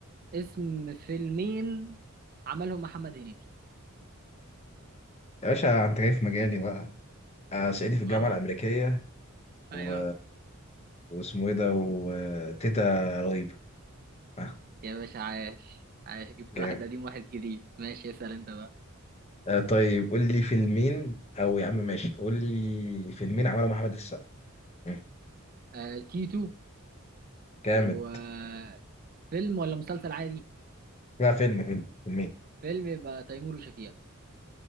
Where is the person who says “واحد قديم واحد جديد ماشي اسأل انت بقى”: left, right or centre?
Right